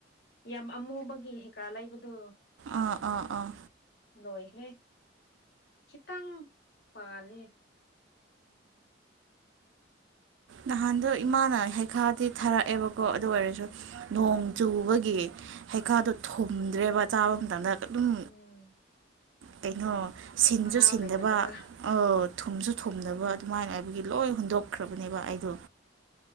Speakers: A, on the left; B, on the right.
A: ꯌꯥꯝ ꯑꯃꯨꯕꯒꯤ ꯍꯤꯀꯥ ꯂꯩꯕꯗꯨ
B: ꯑꯥ ꯑꯥ ꯑꯥ
A: ꯂꯣꯏꯈ꯭ꯔꯦ ꯈꯤꯇꯪ ꯄꯥꯂꯦ
B: ꯅꯍꯥꯟꯗꯣ ꯏꯃꯥꯅ ꯍꯩꯈꯥꯗꯤ ꯊꯥꯔꯛꯑꯦꯕꯀꯣ ꯑꯗꯨ ꯑꯣꯏꯔꯁꯨ ꯅꯣꯡ ꯆꯨꯕꯒꯤ ꯍꯩꯈꯥꯗꯣ ꯊꯨꯝꯗ꯭ꯔꯦꯕ ꯆꯥꯕ ꯃꯇꯝꯗ ꯑꯗꯨꯝ
A: ꯎꯝ
B: ꯀꯩꯅꯣ ꯁꯤꯟꯁꯨ
A: ꯃꯍꯥꯎ
B: ꯁꯤꯟꯗꯕ
A: ꯂꯩꯇꯕ꯭ꯔꯥ
B: ꯑ ꯊꯨꯝꯁꯨ ꯊꯨꯝꯗꯕ ꯑꯗꯨꯃꯥꯏꯅ ꯍꯥꯏꯕꯒꯤ ꯂꯣꯏ ꯍꯨꯟꯗꯣꯛꯈ꯭ꯔꯕꯅꯤ ꯅꯦꯕ ꯑꯩꯗꯣ